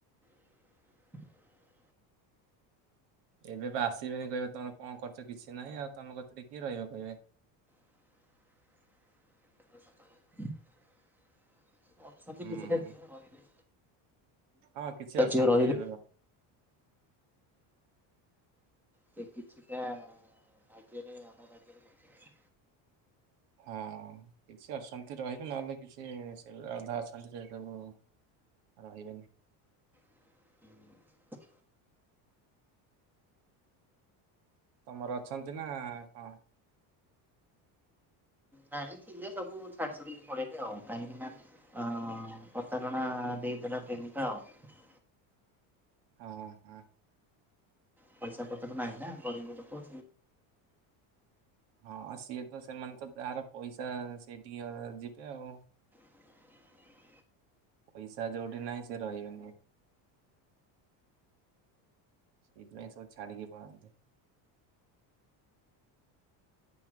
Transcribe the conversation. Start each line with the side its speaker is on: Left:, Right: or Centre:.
Centre: <unintelligible>
Right: ଏବେ ତ ଆସିବେନି କହିବେ ତମର କଣ ଖର୍ଚ୍ଚ କିଛି ନାହିଁ ଆଉ ତମ କଥା ଟିକଏ ରହିବ କହିବେ।
Centre: <unintelligible> ଅଛନ୍ତି
Right: ହୁଁ
Centre: କିଛିଟା ଝିଅ ରହିବେ।
Right: ହଁ କିଛି ଅଛନ୍ତି
Centre: ଝିଅ ରହିବେ
Right: ହୁଁ।
Centre: ସେ କିଛିଟା ଭାଗ୍ୟରେ ଆମ ଭାଗ୍ୟରେ ବଞ୍ଚ
Right: ହଁ କିଛି ଅଛନ୍ତି ରହିବେ ନହେଲେ କିଛି ସେ ଅଧା ଅଛନ୍ତି ସେ ସବୁ। ଉ ରହିବେନି।
Centre: ହୁଁ।
Right: ତମର ଅଛନ୍ତି ନା କଣ?
Centre: ନାଇ ଥିଲେ ସବୁ ଛାଡିଡିକି ପଳେଇଲେ ଆଉ କାହିଁକି ନା ଅ ପ୍ରତାରଣା ଦେଇ ପଲା ପ୍ରେମିକା ଆଉ।
Right: ହଁ ହଁ।
Centre: ପଇସା ପତ୍ର ନାହିଁ ନା ଗରିବ ଲୋକ।
Right: ହଁ ସିଏ ତ ସେମାନେ ତ ତହାର ପଇସା ସେଇଠିକି ଯିବେ ଆଉ।
Centre: <unintelligible>
Right: ପଇସା ଯୋଉଠି ନାହିଁ ସେ ରହିବେନି। ସେଇଥିପାଇଁ ସବୁ ଛାଡିକି ପଳନ୍ତି।